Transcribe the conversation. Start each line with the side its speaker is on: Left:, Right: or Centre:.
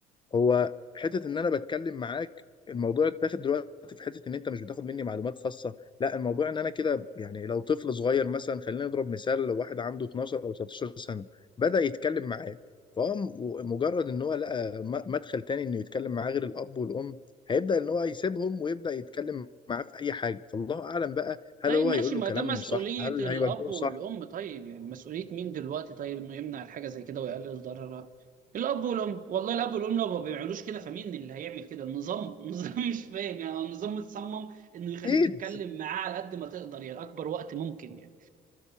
Left: هو حته ان انا بتكلم معاك الموضوع اتاخد دلوقتي في حته ان انت مش بتاخد مني معلومات خاصه لا الموضوع ان انا كده يعني لو طفل صغير مثلا خلينا نضرب مثال لو واحد عنده 12 او 13 سنه بدا يتكلم معاه فهو م- مجرد ان هو لقى م- مدخل تاني انه يتكلم معاه غير الاب والام هيبدا ان هو يسيبهم ويبدا يتكلم معاه في اي حاجه فالله اعلم بقى
Right: طيب
Left: هل هو
Right: ماشي
Left: هيقول
Right: ما
Left: له كلام
Right: ده مسؤولية
Left: صح هل
Right: الأب
Left: هيوجهه
Right: والأم
Left: صح
Right: طيب يعني مسؤولية مين دلوقتي طيب إنه يمنع الحاجة زي كده ويقلل ضررها الأب والأم والله الأب والأم لو ما بيعملوش كده فمين اللي هيعمل كده النظام <laughs> النظام مش فاهم يعني هو النظام متصمم إنه يخليك
Left: اكيد
Right: تتكلم معاه على قد ما تقدر يعني أكبر وقت ممكن يعني